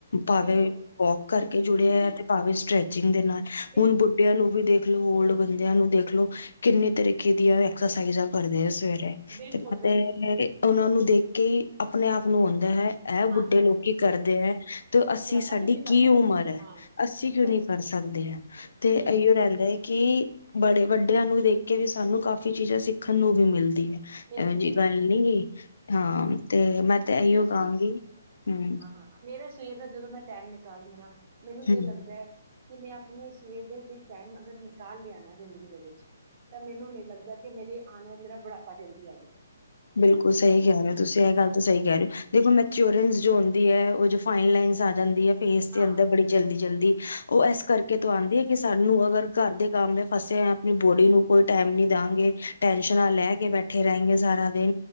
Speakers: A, on the left (about 65°); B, on the right (about 40°).
A: ਭਾਵੇਂ
B: ਬਿਲਕੁਲ
A: ਵੋਕ ਕਰਕੇ ਜੁੜਿਆ
B: ਕਿਉਂਕਿ
A: ਹੈ, ਤੇ ਭਾਵੇਂ ਸਟ੍ਰੈ ਚਿੰਗ ਦੇ ਨਾਲ।
B: ਬਿਲ-
A: ਹੁਣ ਬੁੱਢਿਆਂ ਨੂੰ ਵੀ ਦੇਖ। ਓਲਡ ਬੰਦਿਆਂ ਨੂੰ ਦੇਖਲੋ, ਕਿੰਨੇ ਤਰੀਕੇ ਦੀਆਂ ਐਕਸਰਸਾਈਜ਼ਾਂ ਕਰਦੇ ਆ ਸਵੇ
B: ਬਿਲਕੁਲ
A: ਤੇ, ਤੇ
B: ਬਿਲਕੁਲ
A: ਉਹਨਾਂ ਨੂੰ ਦੇਖ ਕੇ ਹੀ ਆਪਣੇ ਆਪ ਨੂੰ ਹੁੰਦਾ ਹੈ। ਇਹ ਬੁੱਢੇ
B: ਆਂਦਾ ਹੈ
A: ਲੋਕੀ ਕਰਦੇ
B: ਦੇਖ
A: ਹੈ, ਤੇ ਅਸੀਂ,
B: ਆਪਾਂ
A: ਸਾਡੀ
B: ਕਿਉਂ ਨਹੀਂ ਕਰ
A: ਕੀ
B: ਸਕਦੇ
A: ਉਮਰ
B: ਹਾਂ
A: ਹੈ, ਅਸੀਂ ਕਿਉਂ
B: ਸਹੀ
A: ਨੀ
B: ਗੱਲ
A: ਕਰ ਸਕਦੇ ਹਾਂ, ਤੇ
B: ਬਿਲਕੁਲ
A: ਇਓ ਰਹਿੰਦਾ ਹੈ। ਕਿ ਬੜੇ ਵੱਡਿਆਂ ਨੂੰ ਦੇਖ ਕੇ ਹੀ ਆਪਣੇ ਆਪ ਨੂੰ ਮਿਲ ਇਹੋ
B: ਮਿਲਦੀਆਂ
A: ਜਿਹੀ ਗੱਲ
B: ਨੇ
A: ਨੀ ਐ, ਹਾਂ ਤੇ ਮੈਂ ਤੇ ਇਹੀਓ
B: ਮੇਰਾ
A: ਕਹਾਂਗੀ
B: ਸ
A: ਹਮ।
B: ਹਾਂ ਮੇਰਾ ਸਵੇਰ ਦਾ, ਜਦੋਂ ਮੈਂ ਟਾਈਮ ਨਿਕਾਲਦੀ ਹਾਂ ਨਾ, ਮੈਨੂੰ
A: ਹੂੰ।
B: ਇਹ ਲੱਗਦਾ ਹੈ, ਕਿ ਮੈਂ ਆਪਣੇ ਸਿਰ ਦੇ ਲਈ ਟਾਈਮ ਅਗਰ ਨਿਕਾਲ ਲਿਆ ਨਾ ਜ਼ਿੰਦਗੀ ਦੇ ਵਿੱਚ, ਤਾਂ ਮੈਨੂੰ ਨਹੀਂ ਲੱਗਦਾ ਕਿ ਮੇਰੇ ਆਉਣ ਵੱਲ ਮੇਰਾ ਬੜਾ। ਆਪ ਜਲਦੀ ਆਏ।
A: ਬਿਲਕੁਲ ਸਹੀ ਕਹਿ ਰਹੇ ਹੋ ਤੁਸੀਂ ਇਹ ਗੱਲ ਸਹੀ ਕਹਿ ਰਹੇ ਹੋ। ਦੇਖੋ, ਮੈਚੋਰੈਂਸ ਜੋ ਦੀ ਹੈ ੳਉਹ ਦੋ ਫਾਈਨ ਲਾਈਨਸ ਆ ਜਾਂਦੀ ਹੈ। ਫੇਸ ਦੇ
B: ਹਾਂ
A: ਅੰਦਰ ਬੜੀ ਜਲਦੀ ਜਲਦੀ। ਉਹ ਇਸ ਕਰਕੇ ਤੋਂ ਆਉਂਦੀ ਹੈ ਕਿ ਸਾਨੂੰ ਅਗਰ ਘਰ ਦੇ ਕੰਮ ਫਸੇ ਆ, ਆਪਣੀ ਬੋਡੀ ਨੂੰ ਕੋਈ ਟੈਮ ਨੀ ਦਾਂਗੇ, ਟੈਨਸ਼ਨਾਂ ਲੈ ਕੇ ਬੈਠੇ ਰਹਿਗੇ ਸਾਰਾ। ਤੇ?